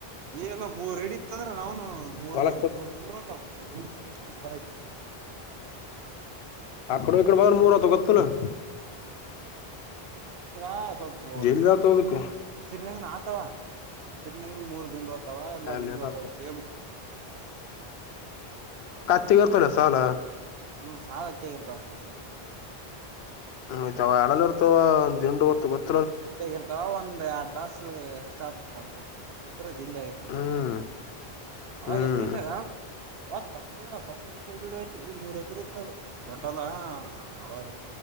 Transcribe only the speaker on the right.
ಏಲ್ಲ ಮೂರ್ ರಡಿ ಇತ್ ಅಂದ್ರ ನ್ನು ಮೂರ್
ಮೂರ್ ದಂಡ ಅತ ಅವ ಮೂರ್ ದಿನ ಹ ಬರತ
ಆಗ ಸ್ವಲ್ಪ
ಹೆಸರಿನಂಗನ ಆತವ ಸರಿನಂಗ ಮೂರು ದಂಡ ತವಾ ಎಲ್ಲ ದಿಂಡು
ಅತ
ಸೇಮ್
ಹ್ಮ್ ಸಾಲತ್ತೇ ಇರ್ತವ ಅಷ್ಟೇ ಸ್ವಲ್ಪ
ಅಯ್ಗಿರ್ತಾವ ಒ ಒಂದ್ ಎರಡ್ ತಾಸ ಎಕ್ಸ್ಟ್ರಾ ಆಗ್ತದೆ ತಪ್ಪ ಈ ತರ ಜಲ್ಲಿ ಆಗತದೆ
ಜಲ್ಲಿ ಅವಾಗ
ಎಷ್ಟ ತಿಂಟಗ ಹೊತ್ ಪಫಸ್ಟ್ ಪಫಸ್ಟ್ ಸ ಹಯ್ತಿ ಈ ಮೂರ್ ಎಕರ್ ಇರ್ತದ ದೊಡ್ಡಲ್ಲ ಅವಾಗ